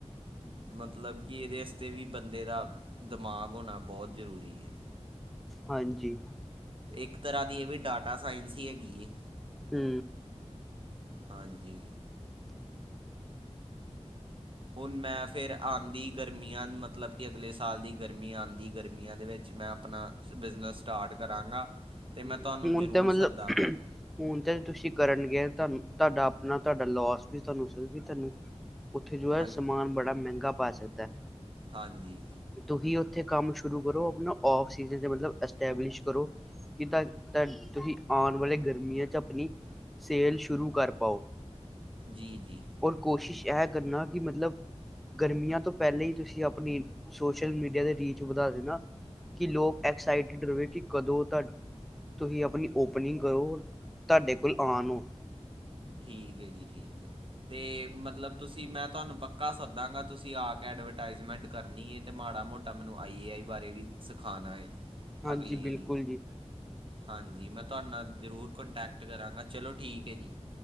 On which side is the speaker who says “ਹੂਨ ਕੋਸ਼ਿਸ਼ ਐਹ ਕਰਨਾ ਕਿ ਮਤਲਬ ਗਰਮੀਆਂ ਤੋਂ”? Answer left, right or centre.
Centre